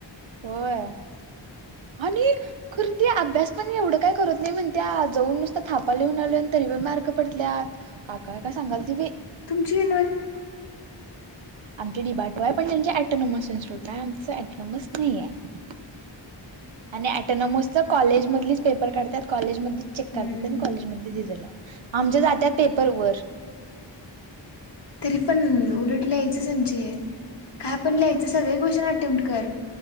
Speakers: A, on the right; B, on the left.
A: होय. आणि खर ती म्हणतंय, अभ्यास पण एवढं काय करत नाही, म्हणत्या जाऊन नुसत थापा लिहून आलोय. तरी पण मार्क पडतल्यात, काय काय काय सांगालती बाई,
B: तुमची <unintelligible>
A: आमची डिबाटो आहे पण त्यांचे अटोनॉमस इन्स्टिटूट आहे, आमचं अटोनॉमस नाही आहे, आणि ऑटोनॉमसच कॉलेजमधेच पेपर काडतात कॉलेज, चेक
B: हम्म
A: करतात, आणि कॉलेजमध्येच रिझल्ट लावतात, आमचं जातात पेपर वर
B: तरी पण उलट लिहायचं संचे, काय पण लिहायचं
A: किती
B: सगळे क्वेश्चन अत्यंत कर